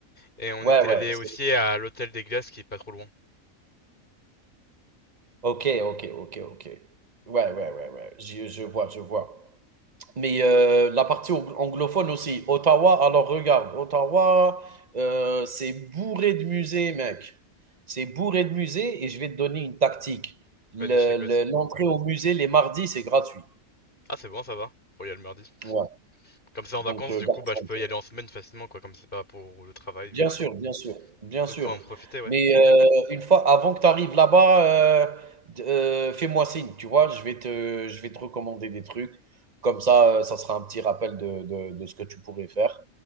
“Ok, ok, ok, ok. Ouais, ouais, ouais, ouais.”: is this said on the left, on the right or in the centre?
Right